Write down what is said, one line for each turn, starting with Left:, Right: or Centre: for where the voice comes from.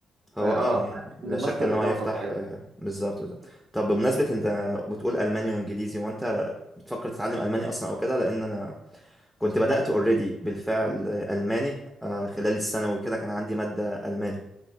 Centre: هو
Right: فاه
Centre: اه يعني
Right: حاسس
Centre: لا
Right: ان الماستر
Centre: شك ان هو
Right: اضافه
Centre: يفتح
Right: كويسه
Centre: آه، بالظبط بالظبط. طب بمناسبة انت بتقول الماني وانجليزي وانت بتفكر تتعلم الماني اصلا او كده لان انا كنت بدأت اوريدي بالفعل آه، الماني آه، خلال الثانوي وكده كان عندي مادة الماني